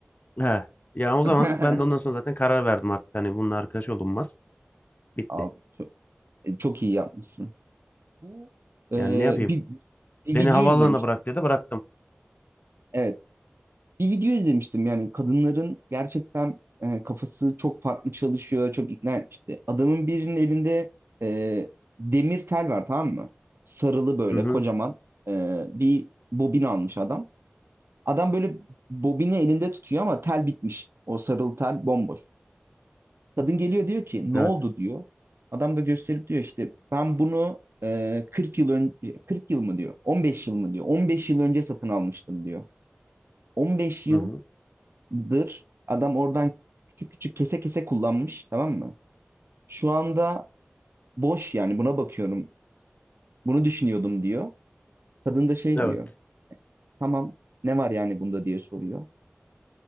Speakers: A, on the left (about 40°); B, on the right (about 75°).
A: he. Ya o zaman
B: <laughs>
A: ben de ondan sonra zaten karar verdim artık. Hani bununla arkadaş olunmaz. Bitti.
B: Abi çok, e, çok iyi yapmışsın. Bu Ee,
A: Yani ne yapayım?
B: bir, bir
A: Beni
B: video
A: havaalanına
B: izlemiştim.
A: bırak dedi bıraktım.
B: Evet. Bir video izlemiştim yani kadınların gerçekten e, kafası çok farklı çalışıyor, çok ikna etmişti. Adamın birinin elinde e, demir tel var tamam mı? Sarılı böyle
A: Hı hı.
B: kocaman e, bir bobin almış adam. Adam böyle bobini elinde tutuyor ama tel bitmiş. O sarılı tel bomboş. Kadın geliyor diyor ki ne
A: Evet.
B: oldu diyor. Adam da gösterip diyor işte ben bunu e, 40 yıl önce 40 yıl mı diyor 15 yıl mı diyor 15 yıl önce satın almıştım diyor. 15 yıl
A: Hı hı.
B: dır. Adam oradan küçük küçük kese kese kullanmış tamam mı? Şu anda boş yani buna bakıyorum. Bunu düşünüyordum diyor. Kadın da şey
A: Evet.
B: diyor. Tamam ne var yani bunda diye soruyor.